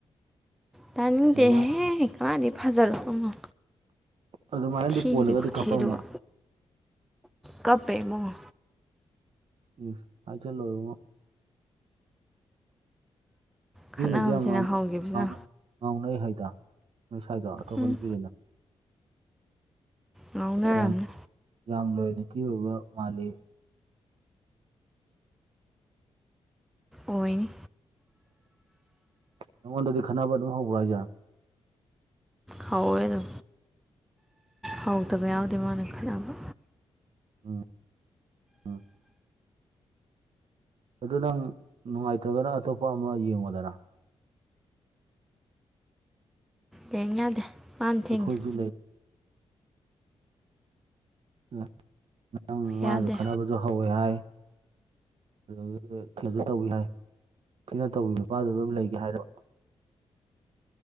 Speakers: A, in the centre; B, on the right.
A: ꯇ ꯅꯗꯦ
B: ꯑꯗꯨꯃꯥꯏꯅ
A: ꯍꯦ ꯀꯥꯗꯤ ꯐꯖꯔꯣ ꯀꯃꯣ
B: ꯑꯗꯨꯃꯥꯏꯅꯗꯤ
A: ꯊꯤꯗꯀꯣ
B: ꯀꯣꯜꯂꯒꯗꯤ ꯀꯞꯄꯝꯃꯣꯏ
A: ꯊꯗꯀ ꯀꯞꯄꯦꯃꯉꯣ
B: ꯎꯝ ꯍꯥꯌꯖꯜꯂꯣ ꯏꯕꯨꯡꯉꯣ
A: ꯈꯠꯅꯕꯁꯤꯅ
B: ꯃꯤꯅꯗꯤ ꯌꯥꯝ ꯉꯥꯎꯅꯩ
A: ꯍꯧꯈꯤꯕꯁꯤꯅ
B: ꯉꯥꯎꯅꯩ ꯍꯥꯏꯗ ꯅꯣꯏ ꯁ꯭ꯋꯥꯏꯗꯣ ꯑꯇꯣꯞꯄ
A: ꯎꯝ
B: ꯅꯨ ꯄꯤꯔꯤꯅ
A: ꯉꯥꯎꯅꯔꯝꯅꯤ
B: ꯌꯥꯝ ꯌꯥꯝ ꯂꯣꯏꯅꯇꯤ ꯑꯣꯏꯕ ꯃꯥꯜꯂꯤ
A: ꯑꯣꯏꯅꯤ
B: ꯅꯪꯉꯣꯟꯗꯗꯤ ꯈꯟꯅꯕ ꯑꯗꯨꯝ ꯍꯧꯕ꯭ꯔꯥ ꯍꯥꯏꯁꯦ
A: ꯍꯥꯎꯋꯦꯗꯣ ꯍꯥꯎꯗꯕ ꯌꯥꯎꯗꯦ ꯃꯥꯅ ꯈꯜꯅꯕ
B: ꯎꯝ ꯎꯝ ꯑꯗꯨ ꯅꯪ ꯅꯨꯡꯉꯥꯏꯇ꯭ꯔꯒꯅ ꯑꯇꯣꯞꯄ ꯑꯃ ꯌꯦꯡꯉꯣꯗꯅ
A: ꯌꯦꯡ ꯌꯥꯗꯦ ꯃꯥꯅ ꯊꯤꯡꯉꯦ
B: ꯑꯩꯈꯣꯏꯖꯨ ꯂꯩ ꯅꯪ ꯅꯪ ꯃꯥꯖꯨ
A: ꯌꯥꯗꯦ
B: ꯈꯠꯅꯕꯖꯨ ꯍꯧꯋꯦ ꯍꯥꯏ ꯑꯗꯨꯗꯒꯤ ꯊꯦꯜꯁꯨ ꯇꯧꯕꯤ ꯍꯥꯏ ꯊꯤꯅ ꯇꯧꯕꯤ ꯃꯄꯥꯗ ꯑꯗꯨꯝ ꯂꯩꯒꯦ ꯍꯥꯏꯔꯕ